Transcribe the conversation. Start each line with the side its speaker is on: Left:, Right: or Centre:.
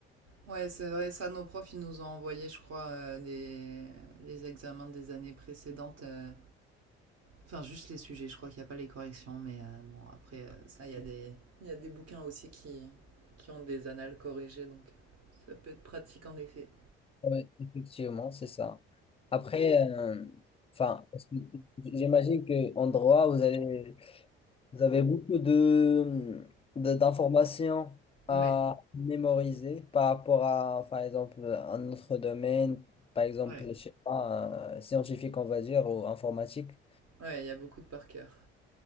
Right: Ouais, c'est vrai, ça, nos profs, ils nous ont envoyé, je crois, euh, des... les examens des années précédentes. euh, Enfin, juste les sujets, je crois qu'il n'y a pas les corrections, mais euh, bon, après, euh, ça, il y a des... il y a des bouquins aussi qui... qui ont des annales corrigées, donc ça peut être pratique en effet.
Left: Oui, effectivement, c'est ça. Après, euh, enfin, parce que j'imagine qu'en droit, vous allez, vous avez beaucoup de, de- d'informations à
Right: Ouais,
Left: mémoriser par rapport à, par exemple, un autre domaine, par exemple,
Right: ouais.
Left: je sais pas, euh, scientifique, on va dire, ou informatique.
Right: Ouais, il y a beaucoup de par cœur.